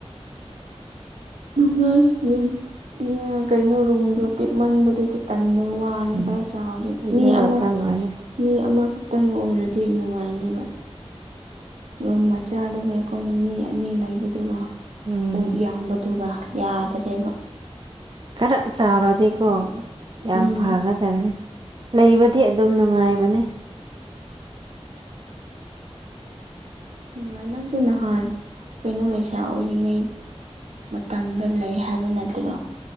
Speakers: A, on the right (about 80°); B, on the right (about 45°).
A: ꯅꯨꯡꯉꯥꯏ ꯌꯨꯝ ꯎꯝ ꯀꯩꯅꯣ ꯔꯨꯝꯗꯣ ꯄꯤꯛꯃꯟꯕꯗꯨꯗ ꯇꯟꯕ ꯋꯥꯅꯤ
B: ꯎꯝ
A: ꯈꯔ ꯆꯥꯎꯔꯗꯤ
B: ꯑꯗꯨ
A: ꯃꯤ
B: ꯈꯛꯇꯪ
A: ꯑꯃ
B: ꯑꯣꯏꯔꯦ
A: ꯃꯤ ꯑꯃꯈꯛꯇꯪ ꯑꯣꯏꯔꯗꯤ ꯅꯨꯡꯉꯥꯏꯅꯦꯕ ꯔꯨꯝ ꯃꯆꯥꯗꯨꯒ ꯑꯩꯈꯣꯏꯅ ꯃꯤ ꯑꯅꯤ ꯂꯩꯕꯗꯨꯒ
B: ꯎꯝ
A: ꯄꯣꯠ ꯌꯥꯝꯕ ꯗꯨꯒ ꯌꯥꯗꯔꯦꯕ
B: ꯈꯔꯥ ꯆꯥꯎꯔꯗꯤꯀꯣ
A: ꯆꯟꯗ꯭ꯔꯦ
B: ꯌꯥꯝ
A: ꯎꯝ
B: ꯐꯒ ꯗꯝꯅꯤ ꯂꯩꯕꯗꯤ ꯑꯗꯨꯝ ꯅꯨꯡꯉꯥꯏꯕꯅꯦ
A: ꯅꯨꯡꯉꯥꯏ ꯅꯪꯁꯨ ꯅꯍꯥꯟ ꯀꯩꯅꯣ ꯂꯩꯁꯥ ꯑꯣꯏꯔꯤꯉꯩ ꯃꯇꯝꯗ ꯂꯩ ꯍꯥꯏꯕ ꯅꯠꯇ꯭ꯔꯣ